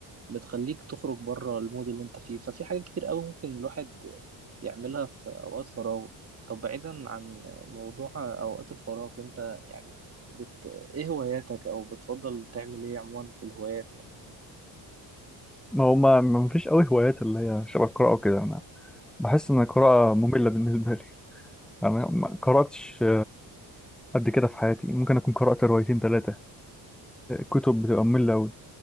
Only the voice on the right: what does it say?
بتخليك تخرج بره المود اللي انت فيه ففي حاجات كتير قوي ممكن الواحد يعملها في اوقات فراغه طب بعيدا عن موضوع اوقات الفراغ انت يعني بت... ايه هواياتك او بتفضل تعمل ايه عموما في الهوايات يعني